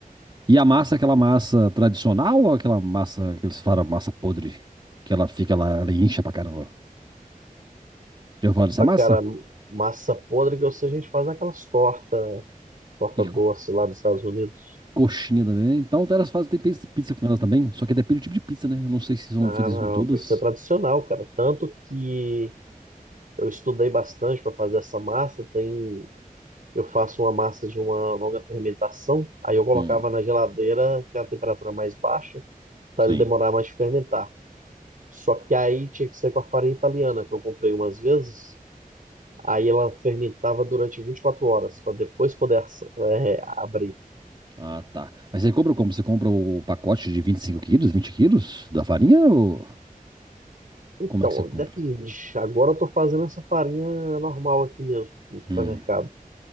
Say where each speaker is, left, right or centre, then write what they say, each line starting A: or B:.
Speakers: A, on the right; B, on the right.
A: E a massa é aquela massa tradicional ou aquela massa que eles falam, massa podre? Que ela fica lá, ela incha pra caramba. Já falar dessa
B: Ah,
A: massa?
B: cara, massa podre que eu sei, a gente faz aquelas tortas, torta
A: E
B: doce
A: co-
B: lá dos Estados Unidos.
A: coxinha também. Então, elas fazem, tem pizza pizza com elas também. Só que depende do tipo de pizza, né? Eu não sei se são
B: Ah,
A: feitas
B: não,
A: com todas.
B: tem que ser tradicional, cara. Tanto que Eu estudei bastante para fazer essa massa. Tem, eu faço uma massa de uma longa fermentação, aí eu colocava
A: Hum,
B: na geladeira, que é a temperatura mais baixa, para
A: sim.
B: ele demorar mais de fermentar. Só que aí tinha que ser com a farinha italiana, que eu comprei umas vezes. Aí ela fermentava durante 24 horas, para depois poder ass- é, abrir.
A: Ah, tá. Mas você compra como? Você compra o pacote de 25 quilos, 20 quilos da farinha ou
B: Então,
A: como é que você compra?
B: depende. Agora eu estou fazendo essa farinha normal aqui mesmo, no supermercado.
A: Hum.